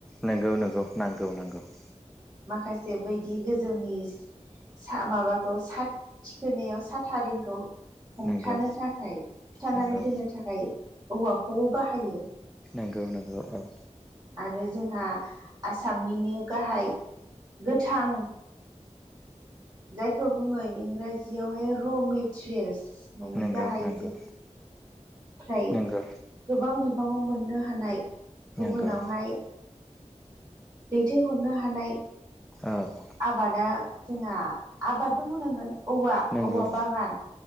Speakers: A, in the centre; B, on the right.
A: नोंगौ नोगौ <unintelligible>
B: माखासे बायदि गोजौनि सा माबाखौ सा थिखोनायाव साथा रिंखौ हमथानो
A: नंगौ
B: थाखाय थोबथानानै
A: नंगौ
B: दोननो थाखाय औवाखौबो बाहायो।
A: नंगौ नंगौ औ।
B: आरो जोंहा आसामनिनो गाहाय गोथां। जायखौ बुङो इंराजियावहाय र' मेटेरियेल्स मानानि
A: नंगौ
B: गाहाय
A: नंगौ
B: जि फ्राय
A: नंगौ
B: गोबां बिबाङाव मोननो हानाय
A: नंगौ
B: गुबुनावहाय दैथायहरनो हानाय
A: औ।
B: आबादा जोंना आबादबो बुंनांगोन औवा
A: नंगौ
B: औवा बागान